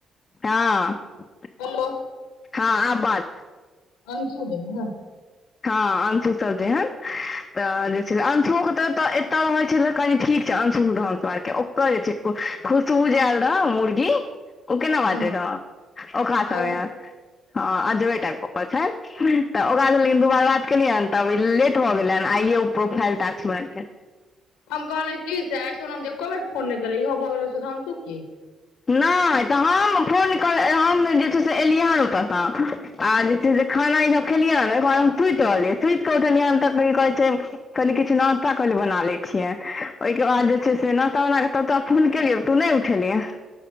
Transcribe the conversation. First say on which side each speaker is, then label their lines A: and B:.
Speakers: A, on the left; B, on the left.
A: <unintelligible>
B: हेलो
A: हँ आ बाज
B: अंसु भेल ने
A: हँ अंशु सब जेहन तऽ जे छै अंशुे तऽ तऽ एतय रहै छल कनी ठीक छै अंशु रहारके ओत जे छै खुशबू जे ऐल रहो मुर्गी ओ
B: हँ
A: केना बाजे
B: हँ
A: रह ओ खा सभ
B: आज
A: एहन हँ अजबे टायब के बजै छै तऽ ओकरा दूबार बात केलियैन तब लेट भऽ गेलै आइये ओ प्रोफाइल टास्क बनेलखिन
B: हम कहले की से आइ सोनमजी एको बेर फोन नहि केललै इहो भऽ गेलै सुधांशु की
A: नहि तऽ हम फोन कर हम जे छै से एलियै हन ओतयसँ आ जे छै से खाना इसब खेलियै एक बार हम सुति रहलियै सुतति के उठलियै तऽ की कहे छै कनि किछु नास्ता कहलिय बना ले छिय ओहिके बाद जे छै से नाश्ता बनाके तब तोरा फोन केलिय तू नहि उठेलियह